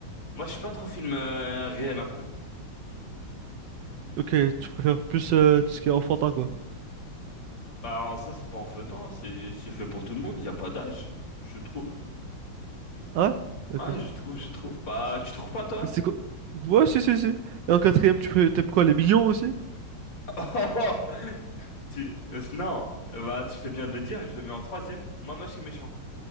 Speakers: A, on the left; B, on the right.
A: Moi, je suis pas trop film euh, réel un peu.
B: Ok, tu préfères plus euh, tout ce qui est enfantin, quoi.
A: Bah ça c'est pas en feuilletant, hein. c'est c'est fait pour tout le monde, il y a pas d'âge, je trouve.
B: Ah ouais?
A: Ouais,
B: Ok.
A: je trouve, je trouve. Bah tu trouves pas toi?
B: Et c'est quoi? Ouais, si, si, si. Et en quatrième, tu pré- t'aimes quoi? Les millions aussi?
A: <laughs> Tu euh, non, bah tu fais bien de le dire, je le mets en troisième. Moi moche et méchant.